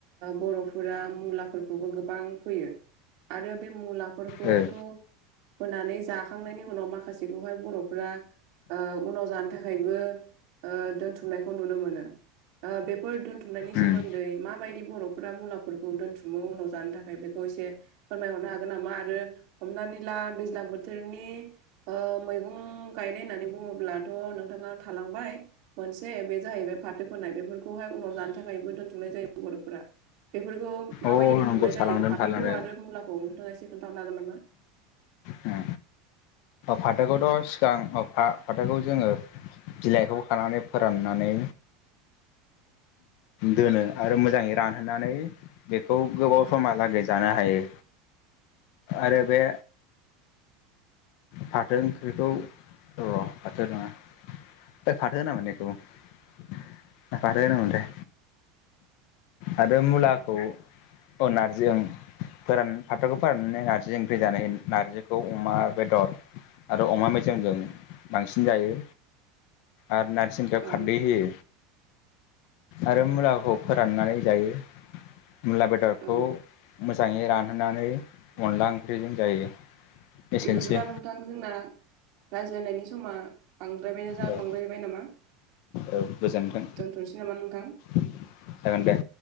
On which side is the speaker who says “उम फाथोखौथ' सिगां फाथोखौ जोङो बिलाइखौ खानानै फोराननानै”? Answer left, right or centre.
Left